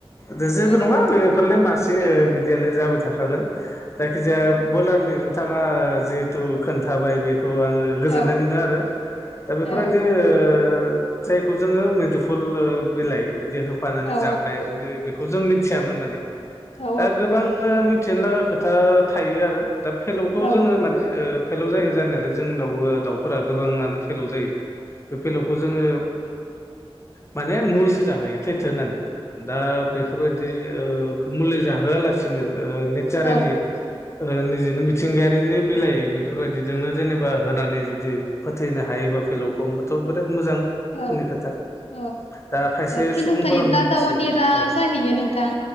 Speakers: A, on the left; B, on the left.
A: दे जेबो
B: आं
A: नङा बेफोरलाय मासे बिदियालाय जाबाय थाखागोन। जायखिजाया बयलारनि नोंथाङा जिहेथु खोन्थाबाय बे खौ आङो गोजोननाय
B: औ
A: मोनदों आरो दा बेफोरबायदि‌
B: औ
A: ओ जायखौ जोङो मैदुफुल बिलाइ बिदि होफानानै
B: औ
A: जाफायो बेफोर खौ जों मिथियामोन माने
B: औ
A: दा गोबां मिथिनो लागा खोथा थायो आरो। दा फेलौखौ
B: औ
A: जोङो माने ओ फेलौ जायो जानायालाय जोंनावबो दाउफोरा गोबाङानो फेलौ जायो। बे फेलौखौ जोङो माने मुलिसो जाहोयो थैथों होननानै। दा बेफोरबायदि ओ मुलि जाहोआलासिनो ओ नेचारेलि
B: औ
A: ओ निजेनो मिथिंगायारिनि बिलाइ बेफोरबायदिजोंनो जेनेबा होनानै जुदि फोथैनो हायो बा फेलौ खौ होमबाथ' बेराद मोजांनि
B: औ
A: खोथा
B: औ
A: दा खायसे सुबुंफोरा
B: फिलौ थायोब्ला
A: मिथिया
B: दाउआ देरा
A: औ।
B: जाहैयो नोंथां